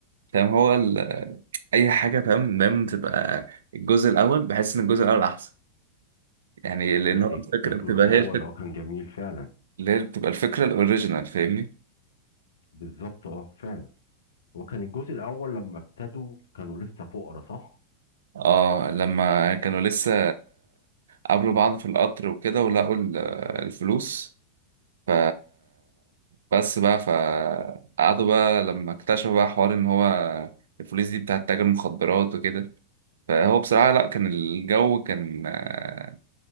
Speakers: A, on the right; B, on the left.
A: فاهم هو ال... اي حاجة فاهم دايما تبقى الجزء الاول بحس ان الجزء الاول احسن يعني لان
B: آه،
A: هو
B: الج-
A: الفكرة
B: الجزء
A: بتبقى
B: الاول
A: هي الفكرة
B: اللي هو كان جميل فعلا
A: اللي هي بتبقى الفكرة الاوريجينال فاهمني
B: بالظبط اه فعلا هو كان الجزء الاول لما ابتدوا كانوا لسه فقراء صح
A: اه لما كانوا لسه قابلوا بعض في القطر وكده ولقوا ال- الفلوس ف بس بقى فقعدوا بقى لما اكتشفوا بقى حوار ان هو الفلوس دي بتاعت تاجر مخدرات وكده فهو بصراحة لا كان الجو كان آه،